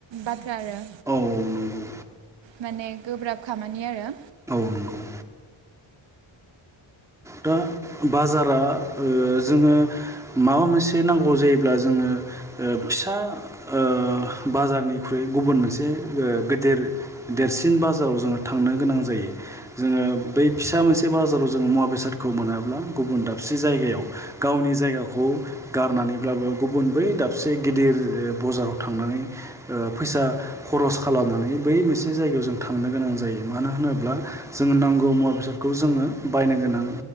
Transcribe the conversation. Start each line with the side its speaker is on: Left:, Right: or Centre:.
Right: बाथ्रा आरो
Centre: औ नंगौ
Right: माने गोब्राब खामानि आरो
Centre: औ नंगौ दा बाजारा ओ जोङो माबा मोनसे नांगौ जायोब्ला जोङो ओ फिसा ओ बाजारनिख्रुइ गुबुन मोनसे ओ गेदेर देरसिन बाजाराव जोङो थांनो गोनां जायो जोङो बै फिसा मोनसे बाजाराव जोङो मुवा बेसाद गुबुन दाबसे जायगायाव गावनि जायगाखौ गारनानैब्लाबो गुबुन बै दाब सबसे गेदेर बजाराव थांनानै ओ फैसा खरस खालामनानै बै मोनसे जायगायाव जों थांनो गोनां जायो मानो होनोबा जोङो नांगौ मुवा बेसादखौ जोङो बायनो गोनां